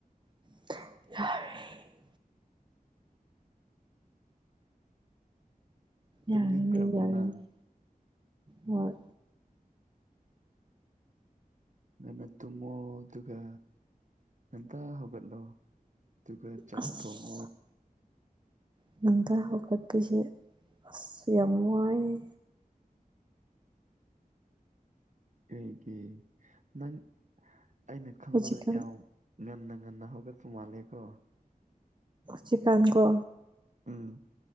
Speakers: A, on the right (about 30°); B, on the right (about 55°).
A: ꯌꯥꯔꯦ
B: ꯇꯨꯝꯅꯤꯈ꯭ꯔꯕꯣꯅ
A: ꯌꯥꯔꯅꯤ ꯌꯥꯔꯅꯤ ꯍꯣꯏ
B: ꯉꯟꯅ ꯇꯨꯝꯃꯣ ꯑꯗꯨꯒ ꯍꯦꯟꯇ ꯍꯧꯒꯠꯂꯣ ꯑꯗꯨꯒ ꯆꯥꯛ
A: ꯑꯁ
B: ꯊꯣꯡꯉꯣ
A: ꯉꯟꯇꯥ ꯍꯧꯒꯠꯄꯁꯦ ꯑꯁ ꯌꯥꯝ ꯋꯥꯏꯌꯦ
B: ꯀꯩꯒꯤ ꯅꯪ ꯑꯩꯅ ꯈꯪꯕꯗ
A: ꯍꯧꯖꯤꯛꯀꯥꯟ
B: ꯌꯥꯝ ꯉꯟꯅ ꯉꯟꯅ ꯍꯧꯒꯠꯄ ꯃꯥꯥꯂꯦꯀꯣ
A: ꯆꯤꯀꯥꯡꯒꯣ
B: ꯎꯝ